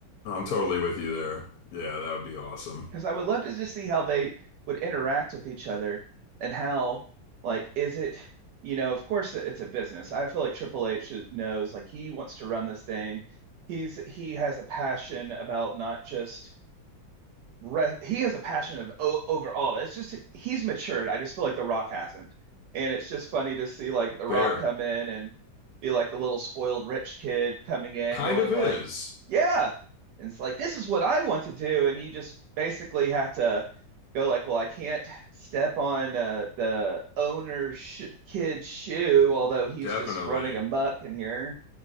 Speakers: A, on the left; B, on the right.
A: I'm totally with you there. Yeah, that would be awesome.
B: Because I would love to just see how they would interact with each other and how, like, is it, you know, of course it- it's a business. I feel like Triple H knows, like, he wants to run this thing. He's he has a passion about not just re- he has a passion of o- over all. of it. It's just he's matured. I just feel like The Rock hasn't, and it's just funny to see like The Rock
A: Fair.
B: come in and be like the little spoiled rich kid coming in,
A: Kind
B: going
A: of
B: like,
A: is.
B: "Yeah," and it's like this is what I want to do, and you just basically have to go like, "Well, I can't step on uh, the owner's sh kid's shoe," although he's
A: Definitely.
B: just running amok in here.